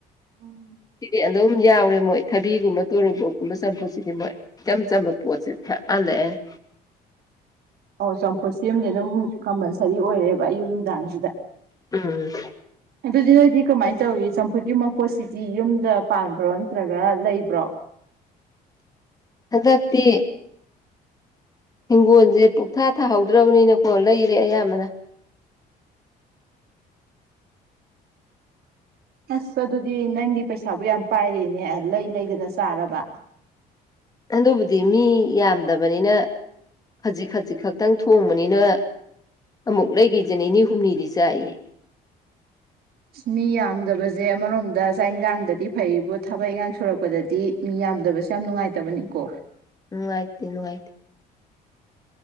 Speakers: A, on the right (about 70°); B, on the left (about 20°).
A: ꯎꯝ
B: ꯁꯤꯗꯤ ꯑꯗꯨꯝ ꯌꯥꯎꯔꯦ ꯃꯣꯏ ꯊꯕꯤꯒꯨꯝꯕ ꯇꯣꯔꯣꯕꯣꯠꯀꯨꯝꯕ ꯆꯝꯐꯨꯠꯁꯤꯗꯤ ꯃꯣꯏ ꯏꯆꯝ ꯆꯝꯕ ꯄꯣꯠꯁꯦ ꯊꯛꯍꯜꯂꯦ ꯑꯩꯅ
A: ꯑꯣ ꯆꯝꯐꯨꯠ ꯁꯤꯝꯗꯤ ꯑꯗꯨꯝ ꯀꯝꯄꯜꯁ꯭ꯔꯤ ꯑꯣꯏꯔꯦꯕ ꯑꯌꯨꯛ ꯅꯨꯡꯗꯥꯡꯁꯤꯗ
B: ꯎꯝ
A: ꯑꯗꯨꯗꯤ ꯅꯣꯏꯗꯤ ꯀꯃꯥꯏꯅ ꯇꯧꯏ ꯆꯝꯐꯨꯠꯀꯤ ꯃꯄꯣꯠꯁꯤꯗꯤ ꯌꯨꯝꯗ ꯄꯥꯟꯕ꯭ꯔꯣ ꯅꯠꯇ꯭ꯔꯒ ꯂꯩꯕ꯭ꯔꯣ
B: ꯍꯟꯗꯛꯇꯤ ꯍꯤꯡꯒꯣꯜꯁꯦ ꯄꯨꯡꯊꯥ ꯊꯥꯍꯧꯗ꯭ꯔꯕꯅꯤꯅꯀꯣ ꯂꯩꯔꯦ ꯑꯌꯥꯝꯕꯅ
A: ꯑꯁ ꯑꯗꯨꯗꯤ ꯅꯪꯗꯤ ꯄꯩꯁꯥꯕꯨ ꯌꯥꯝ ꯄꯥꯏꯔꯤꯅꯦ ꯂꯩ ꯂꯩꯗꯅ ꯆꯥꯔꯕ
B: ꯑꯗꯨꯕꯨꯗꯤ ꯃꯤ ꯌꯥꯝꯗꯕꯅꯤꯅ ꯈꯖꯤꯛ ꯈꯖꯤꯛ ꯈꯛꯇꯪ ꯊꯣꯡꯕꯅꯤꯅ ꯑꯃꯨꯛ ꯂꯩꯈꯤꯁ ꯅꯤꯅꯤ ꯍꯨꯝꯅꯤꯗꯤ ꯆꯥꯏꯌꯦ
A: ꯃꯤ ꯌꯥꯝꯗꯕꯁꯦ ꯑꯃꯔꯣꯝꯗ ꯆꯥꯛ ꯌꯦꯟꯁꯥꯡꯗꯗꯤ ꯐꯩꯕꯨ ꯊꯕꯛ ꯏꯟꯈꯥꯡ ꯁꯨꯔꯛꯄꯗꯗꯤ ꯃꯤ ꯌꯥꯝꯗꯕꯁꯦ ꯌꯥꯝ ꯅꯨꯡꯉꯥꯏꯇꯕꯅꯤꯀꯣ
B: ꯅꯨꯡꯉꯥꯏꯇꯦ ꯅꯨꯡꯉꯥꯏꯇꯦ